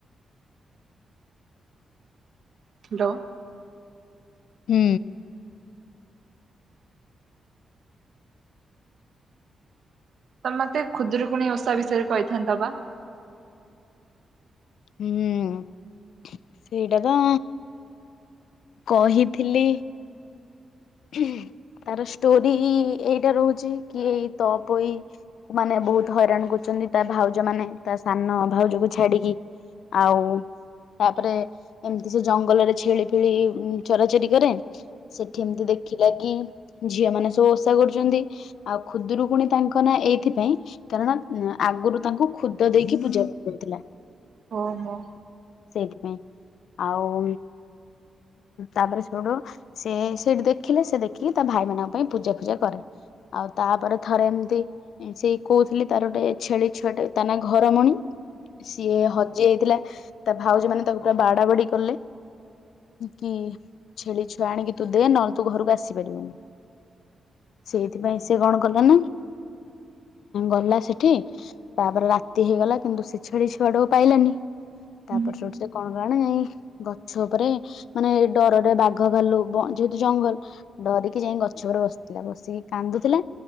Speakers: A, on the right (about 60°); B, on the left (about 75°).
A: ହ୍ୟାଲୋ
B: ହୁଁ।
A: ତମେ ମତେ ଖୁଦରୁକୁଣୀ ଓଷା ବିଷୟରେ କହିଥାନ୍ତ ବା?
B: ହୁଁ ସେଇଟା ତ କହିଥିଲି। ତାର ଷ୍ଟୋରି ଏଇଟା ରହୁଛି କି ଏଇ ତପୋଇ। ମାନେ ବହୁତ ହଇରାଣ କରୁଛନ୍ତି ତା ଭାଉଜ ମାନେ ତା ସାନ ଭାଉଜକୁ ଛା ଛାଡିକି ଆଉ ତାପରେ ଏମିତି ସେ ଜଙ୍ଗଲରେ ଛେଳି ଫେଳି ଚୋରାଚୋରି କରେ। ସେଠି ଏମିତି ଦେଖିଲା କିି ଝିଅ ମାନ ସବୁ ଓଷା କରୁଛନ୍ତି। ଆଉ ଖୁଦରୁକୁୁଣି ତାଙ୍କ ନା ଏଇଥିପାଇଁ କାରଣ ଆଗରୁ ତାଙ୍କୁ ଖୁଦ ଦେଇକି ପୂଜା କରୁଥିଲା।
A: ଅ ହୋ।
B: ସେଇଥିପାଇଁ ଆଉ ତାପରେ ସେଉଠୁ। ସେ ସେଠି ଦେଖିଲେ ସେ ଦେଖିକି ତା ଭାଇମାନଙ୍କ ପାଇଁ ପୂଜା ଫୂଜା କରେ। ଆଉ ତାପରେ ଥରେ ଏମିତି ସେଇ କହୁଥିଲି ତାର ଗୋଟେ ଛେଳି ଛୁଆଟେ ତା ନା ଘରମଣି। ସିଏ ହଜି ଯାଇଥିଲା ତା ଭାଉଜମାନେ ତାକୁ ବାଡା ବାଡି କଲେ। କି ଛେଳି ଛୁଆ ଆଣିକି ତୁ ଦେ ନହେଲେ ତୁ ଘରକୁ ଆସିପାରିବୁନି। ସେଇଥିପାଇଁ ସେ କଣ କଲା ନା ଗଲା ସେଠି ତାପରେ ରାତି ହେଇଗଲା କିନ୍ତୁ ସେ ଛେଳି ଛୁଆଟାକୁ ପାଇଲାନି। ତାପରେ
A: ହଁ
B: ସେଠୁ ସେ କଣ କଲା ନା ଯାଇ ଗଛ ଉପରେ ମାନେ ଡରରେ ବାଗ ଘ ଭାଲୁ ଯେହେତୁ ଜଙ୍ଗଲ ଡରିକି ଯାଇ ଗଛ ଉପରେ ବସିଥିଲା ବସିକି କାନ୍ଦୁଥିଲା।